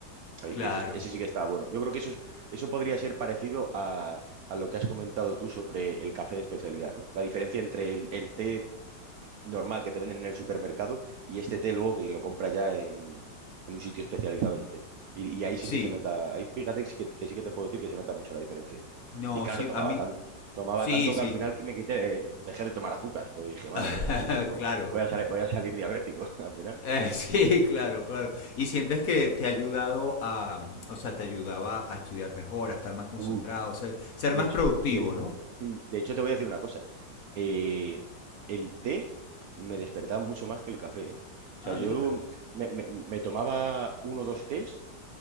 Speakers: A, on the right; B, on the left.
A: Y
B: claro.
A: ese, ese sí que está bueno. Yo creo que eso, es- eso podría ser parecido a, a lo que has comentado tú sobre el café de especialidad, ¿no? La diferencia entre el, el té normal que te venden en el supermercado y este té luego que lo compra ya en, en un sitio especializado en té. Y, y ahí sí
B: Sí.
A: que se nota, ahí fíjate que sí que, que sí que te puedo decir que se nota mucho la diferencia.
B: No,
A: Y claro,
B: sí,
A: tomaba
B: a mí...
A: tan, tomaba
B: Sí,
A: tanto
B: sí.
A: que al final que me quité, dejé de tomar azúcar. Pues dije, madre
B: <laughs>
A: mía, así que si no,
B: Claro.
A: voy a salir, voy a salir diabético <laughs> al final.
B: Eh, <laughs> sí, claro, claro. ¿Y sientes que te ha ayudado a, mm, o sea, te ayudaba a estudiar mejor, a estar más concentrado,
A: Uh,
B: ser, ser
A: De
B: más
A: hecho,
B: productivo,
A: de,
B: ¿no?
A: mm, de hecho, te voy a decir una cosa. Eh, el té me despertaba mucho más que el café, ¿eh? O sea,
B: Ah,
A: yo
B: mira.
A: me, me- me tomaba uno o dos tés